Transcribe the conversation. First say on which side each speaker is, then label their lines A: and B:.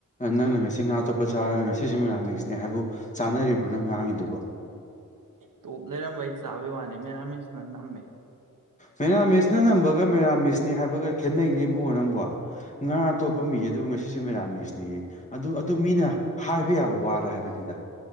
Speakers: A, on the left; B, on the right.
A: ꯅꯪꯅ ꯉꯁꯤ ꯉꯥ ꯇꯣꯠꯄꯥ ꯆꯥꯔꯒ ꯉꯁꯤꯁꯄ ꯃꯦꯔꯥꯃꯦꯁ ꯅꯤ ꯍꯥꯏꯕꯨ ꯆꯥꯟꯅꯔꯤꯕ꯭ꯔ ꯅꯪ ꯉꯥꯡꯉꯤꯗꯨꯕ
B: ꯇꯣꯠꯂꯩꯔꯝꯕꯩ ꯆꯥꯕ ꯋꯥꯅꯦ ꯃꯦꯔꯥꯃꯦꯁ ꯅ ꯅꯝꯃꯦ
A: ꯃꯦꯔꯥꯃꯦꯁꯅ ꯅꯝꯕꯒ ꯃꯦꯔꯥꯃꯤꯁꯅꯤ ꯍꯥꯏꯕꯒ ꯈꯦꯠꯅꯩꯅꯦ ꯏꯕꯨꯡꯉꯣ ꯅꯪꯕꯣ ꯉꯥ ꯑꯇꯣꯞꯄ ꯃꯤ ꯑꯗꯨ ꯉꯁꯤꯁꯨ ꯃꯦꯔꯥꯃꯦꯁ ꯅꯦꯌꯦ ꯑꯗꯨ ꯑꯗꯨ ꯃꯤꯅ ꯍꯥꯏꯕ ꯌꯥꯕ ꯋꯥꯔ ꯍꯥꯏꯕꯅꯤꯗ